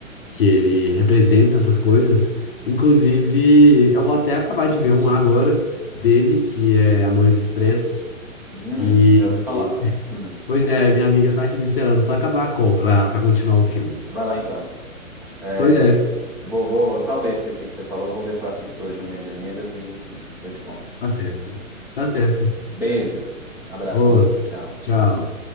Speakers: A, on the left; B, in the centre.
A: que ele representa essas coisas. Inclusive, eu vou até acabar de ver um agora dele, que é Amores Expressos.
B: hum,
A: E,
B: já ouvi falar.
A: e-
B: Hum.
A: pois é, minha amiga tá aqui me esperando só acabar a call pra, pra continuar o filme.
B: Vai lá então. É,
A: Pois é,
B: vou, vou salvei esse aqui que você falou, vou ver se eu assisto hoje o Medianeiras e, enfim, eu te conto.
A: tá certo. Tá certo.
B: Beijo, abraço,
A: Outro.
B: amigo, tchau.
A: Tchau.